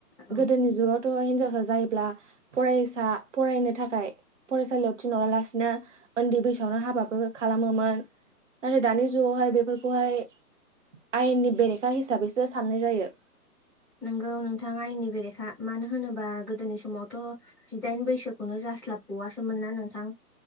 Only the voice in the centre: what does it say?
औ
नोंगौ नोंथाङा आयनि बेरेखा मानो होनोबा गोदोनि समावथ' जिदाइन बैसोखौनो जास्लाबबाववासोमोन ना नोंथां